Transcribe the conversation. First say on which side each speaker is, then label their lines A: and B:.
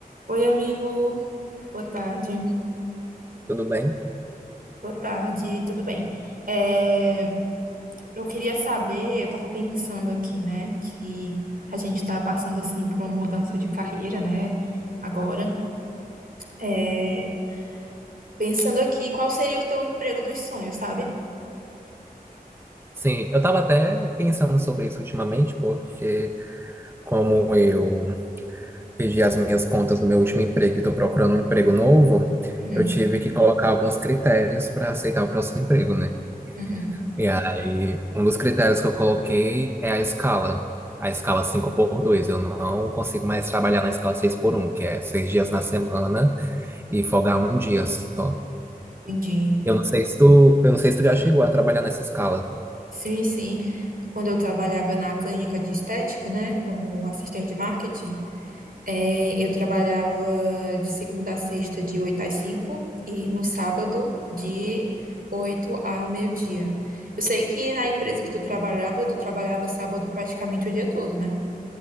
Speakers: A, on the right; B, on the right.
A: Oi, amigo. Boa tarde.
B: Tudo bem?
A: Boa tarde, tudo bem? É, eu queria saber, eu tava pensando aqui, né, que a gente tá passando, assim, por uma mudança de carreira, né, agora. É, pensando aqui, qual seria o teu emprego dos sonhos, sabe?
B: Sim, eu estava até pensando sobre isso ultimamente, porque como eu pedi as minhas contas do meu último emprego e estou procurando um emprego novo,
A: Uhum,
B: eu tive que colocar alguns critérios para aceitar o próximo emprego, né?
A: uhum,
B: E aí, um dos critérios que eu coloquei é a escala, a escala 5 por dois Eu não consigo mais trabalhar na escala 6 por um que é seis dias na semana e folgar um dia só.
A: entendi.
B: Eu não sei se tu, eu não sei se tu já chegou a trabalhar nessa escala.
A: Sim, sim. Quando eu trabalhava na clínica de estética, né, como assistente de marketing, É, eu trabalhava de segunda a sexta, de 8 às 5 e no sábado, de 8 ao meio-dia. Eu sei que na empresa que tu trabalhava, tu trabalhava sábado praticamente o dia todo, né?